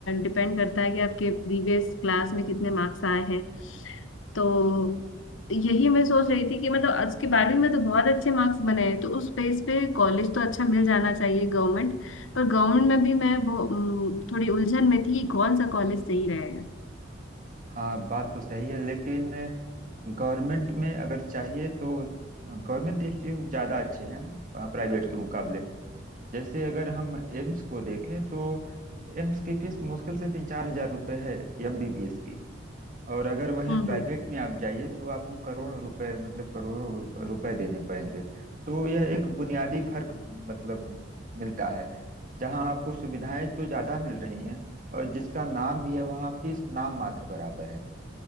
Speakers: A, on the left; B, on the right.
A: डिपेंड करता है कि आपके प्रीवियस क्लास में कितने मार्क्स आए हैं तो यही मैं सोच रही थी कि मतलब आज के बारहवीं में तो बहुत अच्छे मार्क्स बने हैं तो उस बेस पे कॉलेज तो अच्छा मिल जाना चाहिए गवर्नमेंट पर गवर्नमेंट में भी मैं वो, उम, थोड़ी उलझन में थी कि कौन सा कॉलेज सही रहेगा
B: हाँ बात तो सही है लेकिन गवर्नमेंट में अगर चाहिए तो गवर्नमेंट इंस्टीट्यूट ज़्यादा अच्छे हैं प्राइवेट के मुकाबले जैसे अगर हम एम्स को देखें तो एम्स की फीस मुश्किल से तीन चार हजार रुपये है एमबीबीएस की और अगर वहीं
A: हम्म
B: प्राइवेट
A: हम्म,
B: में आप जाइए तो आपको करोड़ों रुपए मतलब करोड़ों रु- रुपए देने पड़ेंगे तो यह एक बुनियादी फर्क मतलब मिलता है जहां आपको सुविधाएं तो ज्यादा मिल रही हैं और जिसका नाम भी है वहां फीस नाम मात्र बराबर है